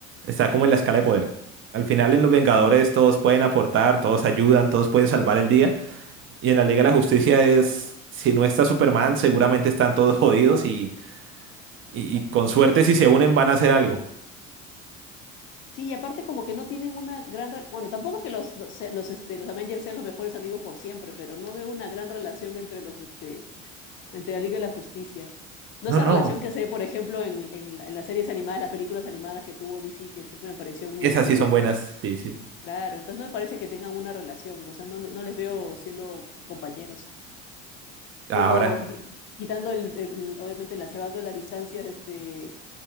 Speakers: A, on the right; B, on the left.
A: está como en la escala de poder. Al final en los Vengadores todos pueden aportar, todos ayudan, todos pueden salvar el día. Y en la Liga de la Justicia es... Si no está Superman, seguramente están todos jodidos y Y, y con suerte, si se unen, van a hacer algo.
B: Sí, y aparte como que no tienen una gran... rel- Bueno, tampoco es que los, los, se- los, este, los Avengers sean los mejores amigos por siempre, pero no veo una gran relación entre los, este, entre la Liga y la Justicia. No
A: No,
B: esa
A: no.
B: relación que se ve, por ejemplo, en, en, la- en las series animadas, las películas animadas que tuvo DC, que siempre me parecieron muy,
A: Esas
B: bu- muy
A: sí son
B: buenas.
A: buenas. Sí, sí.
B: Claro, entonces no me parece que tengan una relación, ¿no? O sea, no, no les veo siendo compañeros,
A: Ahora,
B: siendo, di- quitando el, el- el- obviamente, la, salvando las distancias, este,